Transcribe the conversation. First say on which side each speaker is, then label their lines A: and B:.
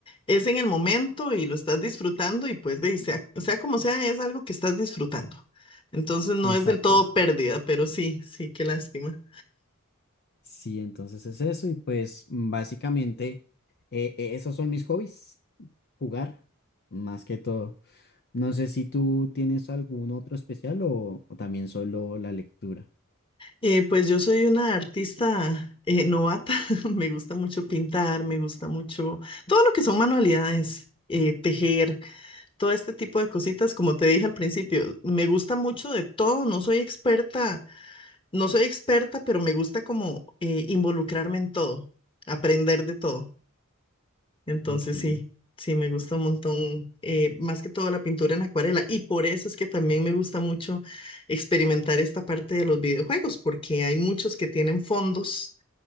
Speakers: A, on the left; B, on the left.
A: es en el momento y lo estás disfrutando y pues de, sea, sea como sea, es algo que estás disfrutando. Entonces no
B: Exacto.
A: es del todo pérdida, pero sí, sí, qué lástima.
B: Sí, entonces es eso y pues básicamente eh, eh, esos son mis hobbies, jugar más que todo. No sé si tú tienes algún otro especial o, o también solo la lectura.
A: Eh, pues yo soy una artista eh, novata, <laughs> me gusta mucho pintar, me gusta mucho todo lo que son manualidades, eh, tejer, todo este tipo de cositas, como te dije al principio, me gusta mucho de todo, no soy experta, no soy experta, pero me gusta como eh, involucrarme en todo, aprender de todo. Entonces
B: Ok,
A: sí, sí, me gusta un montón, eh, más que todo la pintura en acuarela. Y por eso es que también me gusta mucho experimentar esta parte de los videojuegos, porque hay muchos que tienen fondos